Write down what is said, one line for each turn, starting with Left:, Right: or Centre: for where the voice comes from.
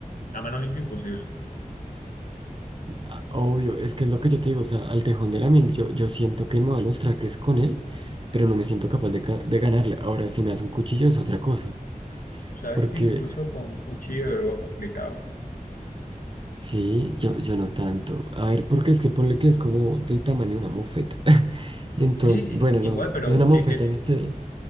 Left: a mano limpia imposible.
Right: a- obvio, es que es lo que yo te digo, o sea, al tejón de la miel, yo, yo siento que me va a los traques con él, pero no me siento capaz de, ca- de ganarle. Ahora, si me das un cuchillo es otra cosa.
Left: Sabes
Right: Porque
Left: que incluso con un cuchillo es algo complicado.
Right: Sí, yo, yo no tanto. A ver, porque es que ponle que es como del tamaño de una mofeta. <laughs> Entonces,
Left: Sí,
Right: bueno,
Left: igual,
Right: no,
Left: pero
Right: es una mofeta
Left: ¿qué, qué,
Right: en este.